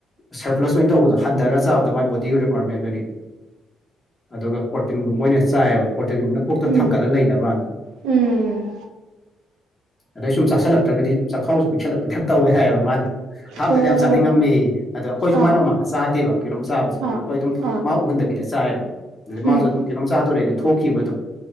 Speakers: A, on the left; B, on the right.
A: ꯁꯔꯄ꯭ꯂꯁ ꯑꯣꯏꯅ ꯇꯧꯕꯗꯣ ꯍꯟꯊꯔꯒ ꯆꯥꯕꯗ ꯃꯥꯏ ꯕꯣꯗꯤꯒꯤ ꯔꯤꯀ꯭ꯋꯥꯔꯃꯦꯟ ꯂꯩꯒꯅꯤ ꯑꯗꯨꯒ ꯄ꯭ꯔꯣꯔꯇꯤꯟꯒꯨꯝꯕꯣꯏꯅ ꯆꯥꯏꯑꯕ ꯄ꯭ꯔꯣꯔꯇꯤꯟꯒꯨꯝꯕꯅ ꯄꯨꯣꯛꯛꯇ
B: ꯎꯝ
A: ꯊꯥꯡꯀꯠꯂ ꯂꯩꯅꯕꯅ
B: ꯎꯝ
A: ꯑꯗꯩ ꯁꯨꯝ ꯆꯥꯁꯤꯜꯂꯛꯇ꯭ꯔꯒꯗꯤ ꯆꯥꯛꯈꯥꯎꯁꯨ ꯄꯤꯛꯁꯜꯂꯛꯄꯗꯤ ꯌꯥꯝ ꯇꯧꯋꯦ ꯍꯥꯏꯌꯦꯕ ꯃꯥꯅ ꯑꯍꯥꯟꯕꯗꯗꯤ
B: ꯑꯣ
A: ꯌꯥꯝ ꯆꯥꯅꯤꯡꯉꯝꯃꯤ ꯑꯗꯣ ꯑꯩꯈꯣꯏꯁꯨ ꯃ
B: ꯑꯥ
A: ꯃꯥꯥꯏ ꯃꯃꯥꯡꯗ ꯆꯥꯗꯦꯕ ꯀꯩꯅꯣꯝ ꯆꯥꯕꯁꯦ ꯑꯗꯨꯝ
B: ꯑꯥ
A: ꯑꯩꯈꯣꯏ ꯑꯗꯨꯝ
B: ꯑꯥ
A: ꯃꯥ ꯎꯍꯟꯗꯕꯤꯗ ꯆꯥꯏꯌꯦꯕ ꯑꯗꯨꯗꯤ
B: ꯎꯝ
A: ꯃꯥꯁꯨ ꯑꯗꯨꯝ ꯀꯩꯅꯣꯝ ꯆꯥꯗꯣꯔꯛꯦꯗꯤ ꯊꯣꯛꯈꯤꯕ ꯑꯗꯣ